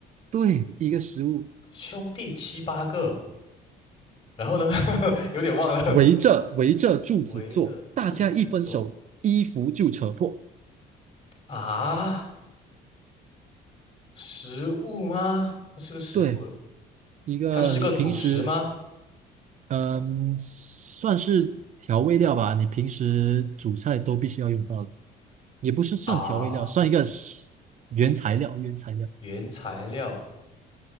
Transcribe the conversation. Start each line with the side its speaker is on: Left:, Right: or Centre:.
Right: 对，一个食物，
Left: 兄弟七八个，然后呢，<laughs> 有点忘了，
Right: 围着围着柱子坐，
Left: 围着柱子做
Right: 大家一分手，衣服就扯破，
Left: 啊，食物吗？这是个食物，
Right: 对，一个你平时
Left: 它是一个主食吗？
Right: 嗯，算是调味料吧。你平时煮菜都必须要用到的，也不是算调味料，
Left: 啊，
Right: 算一个是原材料。原材料
Left: 原材料，